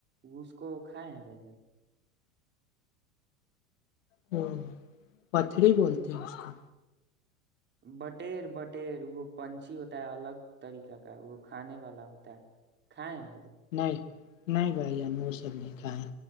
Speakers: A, on the right (about 25°); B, on the left (about 65°).
A: اس کو کھائےیں بھ جن
B: ہ پتھری بولتے ہیں اس کو
A: بٹیر بٹیر وہ پنچھی ہوتا ہے الگ طریقہ کا وہ کھانے والا ہوتا ہے کھائےیں بھائی جان
B: نہیں نہیں بھائییا ہم وہ سب نہیں کھائے ہے